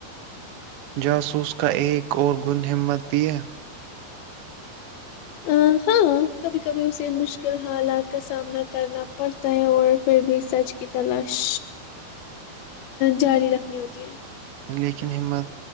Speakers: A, on the right (about 70°); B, on the left (about 75°).
A: جاسوس کا ایک اور گن ہمت بھی ہے
B: ا ہاں کبھی کبھی اسے مشکل حالات کا سامنا کرنا پڑتا ہے اور پھر بھی سچ کی تلاش جاری رکھنی ہوتی ہے
A: لیکن ہمت